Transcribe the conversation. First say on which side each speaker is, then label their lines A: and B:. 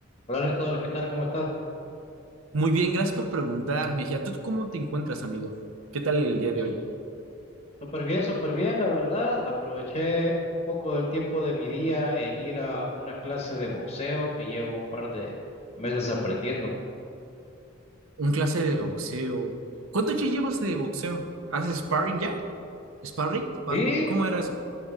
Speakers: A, on the left; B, on the right.
A: Hola Néstor, ¿qué tal? ¿Cómo estás?
B: Muy bien, gracias por preguntar, Mejía. ¿Tú cómo te encuentras, amigo? ¿Qué tal el día
A: Pues
B: de
A: sú-
B: hoy?
A: súper bien, súper bien, la verdad. Aproveché un poco del tiempo de mi día en ir a una clase de boxeo que llevo un par de meses aprendiendo.
B: Un clase de boxeo. ¿Cuánto ya llevas de boxeo? ¿Haces sparring ya? ¿Sparring? ¿Sparring?
A: Sí,
B: ¿Cómo era eso?